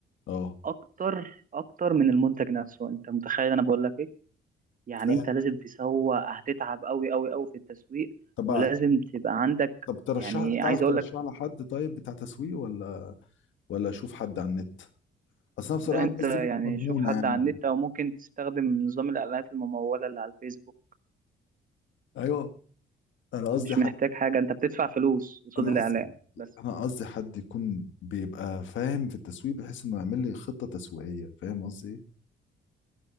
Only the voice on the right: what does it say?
اكتر اكتر من المنتج نفسه انت متخيل انا بقول لك ايه يعني
انت لازم تسوق هتتعب قوي قوي قوي في التسويق
ولازم تبقى عندك
يعني
عايز
اقول لك
ده انت
يعني
شوف حد
على النت او ممكن تستخدم نظام الاعلانات الممولة اللي على الفيسبوك
مش
محتاج حاجة انت بتدفع فلوس قصاد
الاعلان
بس